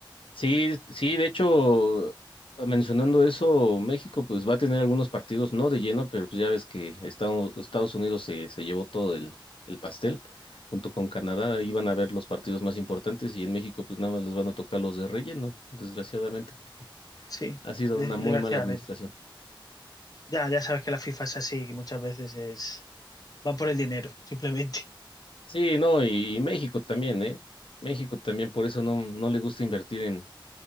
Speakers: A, on the left (about 85°); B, on the left (about 45°).
A: Sí, sí, de hecho, mencionando eso, México pues va a tener algunos partidos no de lleno, pero pues ya ves que Estados, Estados Unidos se, se llevó todo el, el pastel. Junto con Canadá iban a ver los partidos más importantes y en México pues nada más les van a tocar los de relleno, desgraciadamente, porque
B: Sí,
A: ha sido
B: de-
A: una
B: desgraciadamente.
A: muy mala administración.
B: Ya, ya sabes que la FIFA es así, que muchas veces es, van por el dinero, simplemente.
A: Sí, no, y, y México también, ¿eh? México también, por eso no, no le gusta invertir en